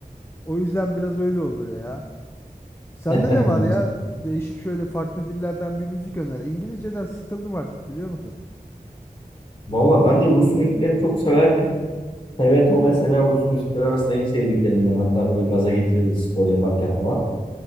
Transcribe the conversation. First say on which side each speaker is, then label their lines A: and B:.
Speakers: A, on the left; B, on the left.
A: O yüzden biraz öyle oluyor ya. Sende
B: <laughs>
A: ne var ya? Değişik şöyle farklı dillerden bir müzik öner. İngilizceden sıkıldım artık biliyor musun?
B: Valla ben de Rus müziklerini çok severdim. TVTO mesela Rus müzikleri arasında en sevdiklerimden. Hatta böyle gaza getirirdi spor yaparken falan.